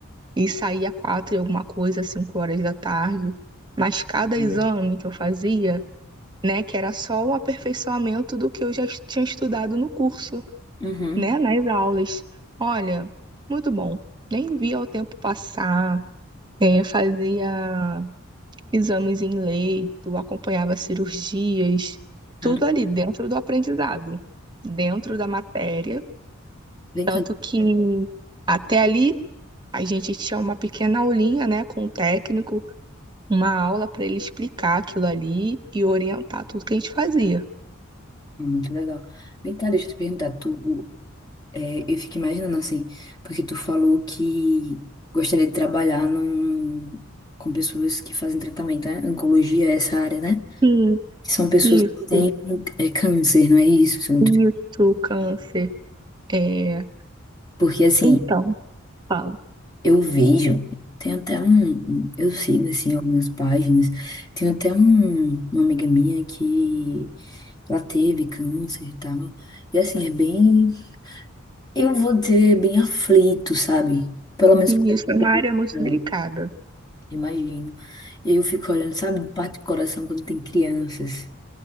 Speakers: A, on the right; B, on the left.
A: e saía quatro e alguma coisa, cinco horas da tarde. Mas cada
B: hum.
A: exame que eu fazia, né, que era só o aperfeiçoamento do que eu já tinha estudado no curso.
B: Uhum.
A: né, nas aulas. Olha, muito bom. Nem via o tempo passar, é, fazia exames em leito, acompanhava cirurgias, tudo
B: Claro.
A: ali dentro do aprendizado, dentro da matéria.
B: Vem
A: Tanto
B: cá,
A: que até ali a gente tinha uma pequena aulinha, né, com o técnico, uma aula para ele explicar aquilo ali e orientar tudo que a gente fazia.
B: muito legal. Vem cá, deixa eu te perguntar, tu, é, eu fico imaginando assim, porque tu falou que gostaria de trabalhar num, com pessoas que fazem tratamento, né? Oncologia é essa área, né?
A: Sim,
B: Que são pessoas
A: isso,
B: que têm é, câncer, não é isso? São- muito-
A: isso, câncer. É,
B: Porque assim,
A: então, fala.
B: Eu vejo, tem até um, um- eu sigo assim algumas páginas, tem até um, uma amiga minha que ela teve câncer e tal, e assim, é bem, eu vou dizer, bem aflito, sabe? Pelo menos
A: E
B: pra
A: isso
B: mim,
A: é uma área muito
B: eu
A: delicada.
B: imagino. Eu fico olhando, sabe, parte do coração quando tem crianças.